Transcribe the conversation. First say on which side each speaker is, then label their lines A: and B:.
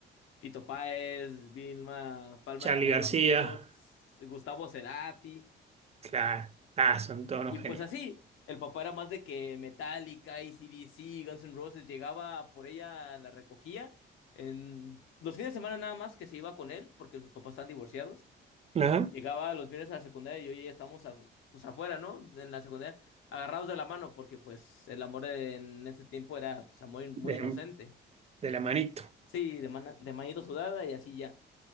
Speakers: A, on the left (about 80°); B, on the right (about 30°).
A: Fito Páez, Vilma, Palma
B: Charlie
A: de
B: García.
A: Vampiros, Gustavo Cerati.
B: Claro. Ah, son todos unos
A: Y pues
B: genios.
A: así, el papá era más de que Metallica, C D C Guns N' Roses, llegaba por ella, la recogía. En los fines de semana nada más que se iba con él, porque sus papás están divorciados.
B: Ajá.
A: Llegaba los viernes a la secundaria y yo y ella estábamos a- pues afuera, ¿no? En la secundaria, agarrados de la mano, porque pues el amor en ese tiempo era pues, amor muy
B: De,
A: inocente.
B: de la manito.
A: Sí, de, mana- de manito sudada y así ya.